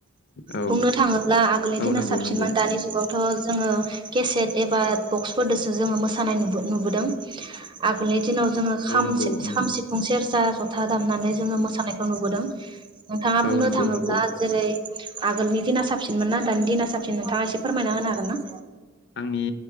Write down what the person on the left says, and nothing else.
औ
औ
नंगौ
नंगौ
औ नंगौ उम
औ
नंगौ
नंगौ
आंनि